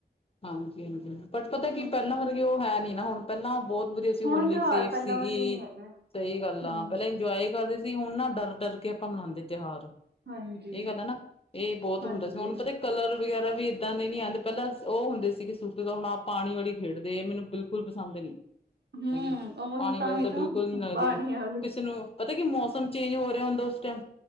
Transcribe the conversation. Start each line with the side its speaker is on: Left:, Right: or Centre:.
Left: ਹਾਂਜੀ- ਹਾਂਜੀ, ਬਟ ਪਤਾ ਕੀ,
Right: ਹਾਂ।
Left: ਪਹਿਲਾਂ ਵਰਗੇ ਉਹ ਹੈ ਨੀ ਨਾ ਹੁਣ ਪੈਲਾਂ ਬਹੁਤ ਵਧੀਆ ਸੀ ਹੋਲੀ
Right: ਹੁਣ ਤਿਉਹਾਰ
Left: ਸੇਫ
Right: ਪਹਿਲਾਂ
Left: ਸੀਗੀ,
Right: ਵਰਗੇ ਨੀ ਹੈਗੇ,
Left: ਸਹੀ ਗੱਲ
Right: ਹੂੰ।
Left: ਆ ਪਹਿਲੇ ਇੰਜੋਏ ਕਰਦੇ ਸੀ, ਹੁਣ ਨਾ ਡਰ -ਡਰ ਕੇ ਆਪਾਂ ਮਨਾਉਂਦੇ ਤਿਹਾਰ
Right: ਹਾਂਜੀ।
Left: ਇਹ ਗੱਲ ਹੈ ਨਾ, ਇਹ ਬਹੁਤ
Right: ਹਾਂਜੀ,
Left: ਹੁੰਦਾ ਸੀ, ਹੁਣ ਪਤਾ ਕਲਰ ਵਗੈਰਾ ਵੀ ਐਦਾਂ ਦੇ ਨੀ ਆਂਉਦੇ ਪਹਿਲਾਂ ਉਹ ਹੁੰਦੇ ਸੀ ਕਿ ਸੁੱਕੇ ਤਾਂ, ਹੁਣ ਆਪ ਪਾਨੀ ਵਾਲੀ ਖੇਡਦੇ ਆ, ਮੈਨੂੰ ਬਿਲਕੁਲ ਪਸੰਦ ਨੀ
Right: ਹੂੰ
Left: ਹੈਗੀ,
Right: ਉਹੀ
Left: ਪਾਣੀ ਵੱਲ
Right: ਹੀ
Left: ਤਾਂ ਬਿਲਕੁਲ ਨੀ ਲੱਗਦੀ,
Right: ਪਾਣੀ ਵਾਲੀ,
Left: ਕਿਸੇ ਨੂੰ ਪਤਾ ਕੀ ਮੌਸਮ ਚੇਂਜ ਹੋ ਰਿਹਾ ਹੁੰਦਾ ਉਸ ਟੈਮ